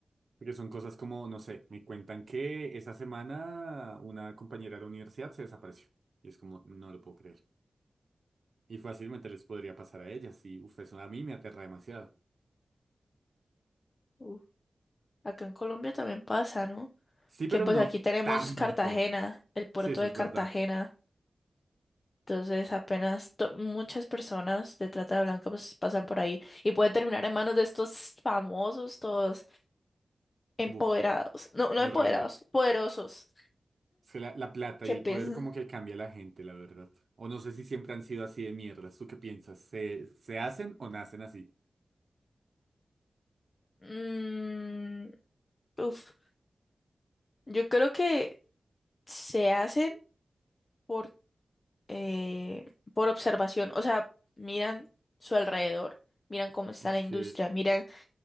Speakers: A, on the right; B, on the left.
A: Porque son cosas como, no sé, me cuentan que esa semana una compañera de la universidad se desapareció. Y es como, no lo puedo creer. Y fácilmente les podría pasar a ellas. Y uf, eso a mí me aterra demasiado.
B: Uf, acá en Colombia también pasa, ¿no?
A: Sí, pero
B: Que pues
A: no
B: aquí tenemos
A: tanto.
B: Cartagena, el puerto
A: Sí, eso
B: de
A: es
B: Cartagena.
A: verdad.
B: Entonces, apenas to- muchas personas de trata de blanca pues pasan por ahí y pueden terminar en manos de estos famosos, todos empoderados,
A: Uf,
B: no, no
A: horrible.
B: empoderados, poderosos.
A: Es que la, la plata
B: ¿Qué
A: y el
B: piensan?
A: poder como que cambia a la gente, la verdad. O no sé si siempre han sido así de mierdas. ¿Tú qué piensas? ¿Se, se hacen o nacen así?
B: Mm, uf, yo creo que se hacen por, eh, por observación, o sea, miran su alrededor, miran cómo está
A: Ok,
B: la industria, miran,